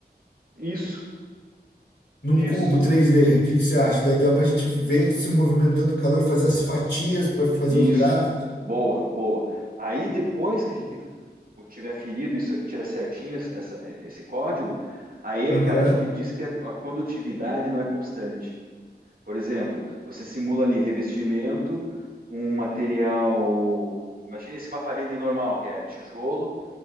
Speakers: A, on the right; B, on the left.
A: Isso,
B: num
A: isso,
B: cubo três d O que, que você acha? Dá, dá para a gente ver se movimentando o calor, fazer as fatias para fazer
A: isso.
B: os gráficos.
A: Boa, boa. Aí depois que a gente eu tiver ferido isso aqui, tira certinho essa, esse código, aí,
B: Aham,
A: cara, a gente diz que a, a condutividade não é constante. Por exemplo, você simula ali revestimento, um material. Imagina esse uma parede normal, que é tijolo.